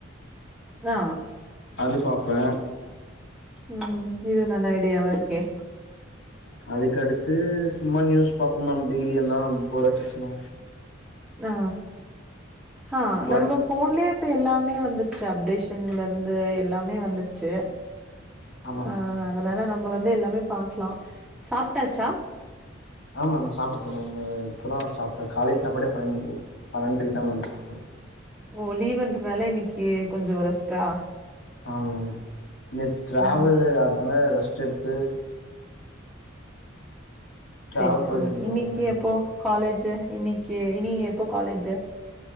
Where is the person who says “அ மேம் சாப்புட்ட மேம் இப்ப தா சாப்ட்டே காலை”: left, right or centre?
Left